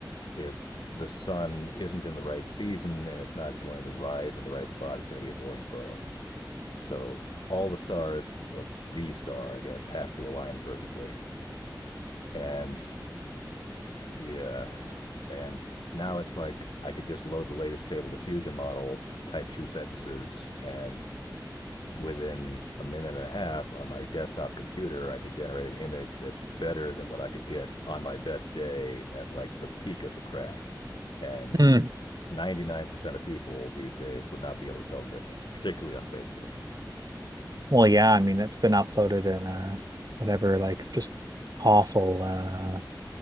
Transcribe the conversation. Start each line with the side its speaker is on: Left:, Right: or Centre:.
Left: if the sun isn't in the right season and it's not going to rise in the right spot, it's going to be a boring photo. So all the stars, well, the star, I guess, have to align perfectly. And yeah. And now it's like I could just load the latest stable diffusion model, type two sentences, and within a minute and a half on my desktop computer, I could generate an image that's better than what I could get on my best day at like the peak of the craft. And
Right: hmm.
Left: 99% of people these days would not be able to tell the difference, particularly on Facebook.
Right: Well, yeah, I mean, it's been uploaded in uh whatever, like just awful uh